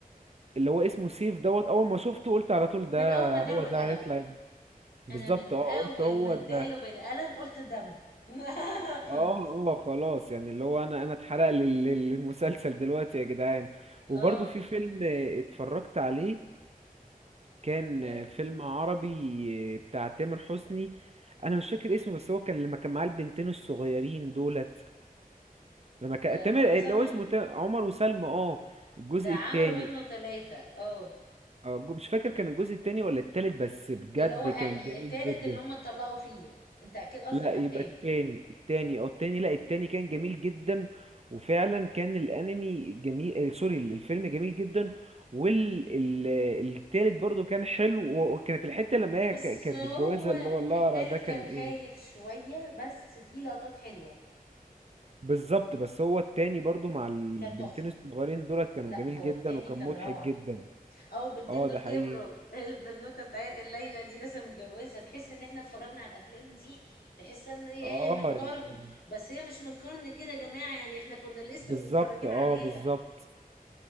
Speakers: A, on the right; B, on the left.
A: اللي هو اسمه سيف دوت اول ما شفته قلت على طول ده
B: من اول ما اداله
A: هو
B: بالقلم
A: ده هيطلع ابني. بالظبط
B: انا من اول
A: اه قلت هو
B: ما اداله
A: ده
B: بالقلم قلت دمه <laughs>
A: اه
B: خلاص
A: اه خلاص يعني اللي هو انا انا اتحرق لي ال- ال- المسلسل دلوقتي يا جدعان
B: اه
A: وبرضه في فيلم آه، اتفرجت عليه كان
B: آه،
A: آه، فيلم عربي آه، بتاع تامر حسني انا مش فاكر اسمه بس هو كان لما كان معاه البنتين الصغيرين دولت لما كان
B: اه،
A: تامر
B: عمرو سلمى
A: اللي هو اسمه تا- عمر وسلمى اه الجزء
B: ده عملوا
A: التاني
B: منه ثلاثة اه
A: اه جو- مش فاكر كان الجزء التاني ولا التالت بس بجد
B: اللي هو اني
A: كان جميل
B: التالت
A: جدا
B: اللي هم اتطلقوا فيه انت اكيد قصدك
A: لا يبقى
B: على التاني
A: التاني التاني او التاني لا التاني كان جميل جدا وفعلا كان الانمي جميل آه، سوري الفيلم جميل جدا والتالت برضو كان حلو و- وكانت الحتة لما هي
B: بس
A: ك- كانت
B: هو
A: متجوزة اللي هو لارا
B: التالت
A: ده كان
B: كان
A: ايه
B: هايف شوية بس فيه لقطات حلوة
A: بالظبط بس هو التاني برضو مع البنتين
B: كان تحفة
A: الصغيرين دولت كانوا
B: لا
A: جميل
B: هو
A: جدا
B: التاني
A: وكان
B: كان
A: مضحك
B: روعة
A: جدا
B: او البنتين
A: اه
B: دول
A: ده
B: كبروا
A: حقيقي
B: <laughs> البنوتة بتاع الليلة دي لسه متجوزة تحس ان احنا اتفرجنا على الافلام دي تحس ان هي
A: اه
B: من قرن
A: يعني
B: بس هي مش من قرن كده يا جماعة يعني احنا كنا لسه
A: بالظبط
B: متفرجين
A: اه
B: عليها
A: بالظبط